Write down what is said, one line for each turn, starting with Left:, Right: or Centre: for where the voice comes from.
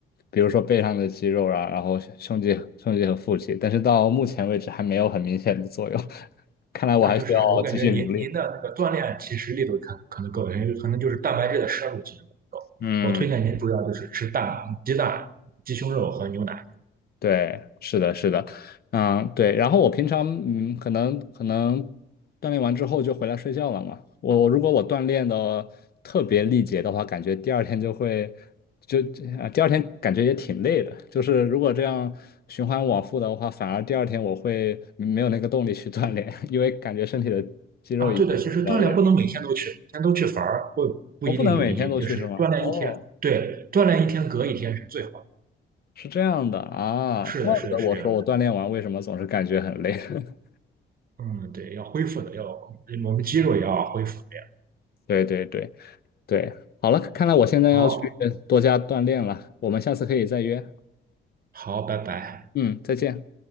Left: 比如说背上的肌肉啊，然后胸肌、胸肌和腹肌，但是到目前为止还没有很明显的作用，<laughs> 看来我还需要继续努力。
Right: 那就是我感觉您您的那个锻炼其实力度可可能够，可能就是蛋白质的摄入其实不够。
Left: 嗯。
Right: 我推荐您主要就是吃蛋、鸡蛋、鸡胸肉和牛奶
Left: 对，是的，是的，嗯，对。然后我平常，嗯，可能可能锻炼完之后就回来睡觉了嘛。我我如果我锻炼的特别力竭的话，感觉第二天就会就啊，第二天感觉也挺累的。就是如果这样循环往复的话，反而第二天我会嗯没有那个动力去锻炼，因为感觉身体的肌肉已经比较累。
Right: 啊。对的，其实锻炼不能每天都去，每天都去反而会不一定有益。
Left: 我不能每天都去是吗？
Right: 就是锻炼一天，
Left: 哦，
Right: 对，锻炼一天隔一天是最好的。
Left: 是这样的啊，
Right: 是的，
Left: 怪不得我说我锻炼完为什么总是感觉很累。
Right: 是的，是这样的。
Left: <laughs>
Right: 嗯，对，要恢复的，要我们肌肉也要恢复的呀
Left: 对对对。对，好了，看来我现在要去多加锻炼了，
Right: 好，
Left: 我们下次可以再约。
Right: 好，拜拜。
Left: 嗯，再见。